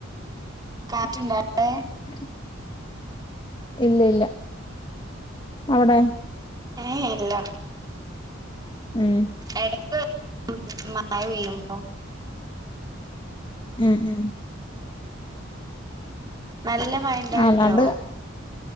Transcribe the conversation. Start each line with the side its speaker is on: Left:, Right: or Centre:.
Right: കാറ്റ്ണ്ടോ അവിടെ.
Left: <unintelligible> ഇല്ല ഇല്ല അവിടെ.
Right: ഏ ഏ ഇല്ല.
Left: ഉം
Right: എടക്ക് മഴ <inaudible>
Left: ഉം ഉം
Right: നല്ല മയണ്ടാവല്ഉണ്ടോ
Left: അല്ലാണ്ട്